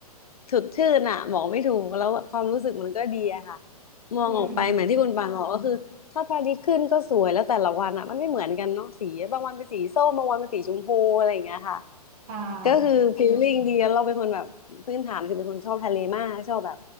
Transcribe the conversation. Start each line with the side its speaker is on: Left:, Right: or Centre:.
Left: สดชื่นอะบอกไม่ถูกแล้วความรู้สึกมันก็ดีอะค่ะมองออกไปเหมือนที่คุณบานบอกก็คือถ้าพระอาทิตย์ขึ้นก็สวยแล้วแต่ละวันอะมันไม่เหมือนกันเนาะสีบางวันเป็นสีส้มบางวันเป็นสีชมพูอะไรอย่างเงี้ยค่ะ
Right: อืมใช่
Left: ก็คือฟีลลิ่งดีแล้วเราเป็นคนแบบพื้นฐานคือเป็นคนชอบทะเลมากชอบแบบ